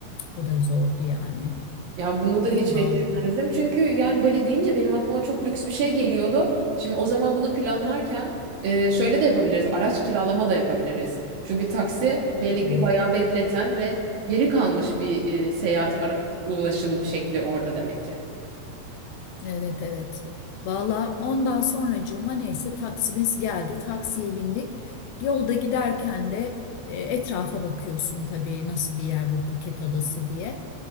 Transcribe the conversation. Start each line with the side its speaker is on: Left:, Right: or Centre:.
Left: O da zordu yani.
Right: Ya bunu da hiç
Left: Vallahi.
Right: beklemezdim. Çünkü yani bale deyince benim aklıma çok lüks bir şey geliyordu. Şimdi o zaman bunu planlarken e, şöyle de yapabiliriz. Araç kiralama da yapabiliriz. Çünkü taksi belli
Left: Hmm.
Right: ki bayağı bekleten ve geri kalmış bir e, seyahat ara- ulaşım şekli orada demek ki.
Left: Evet evet. valla ondan sonracığıma neyse taksimiz geldi. Taksiye bindik. Yolda giderken de e, etrafa bakıyorsun tabii nasıl bir yer bu Phuket Adası diye.